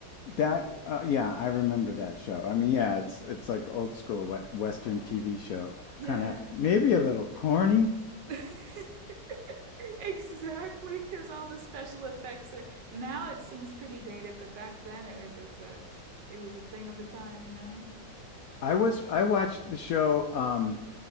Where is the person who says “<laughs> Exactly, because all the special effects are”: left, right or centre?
Right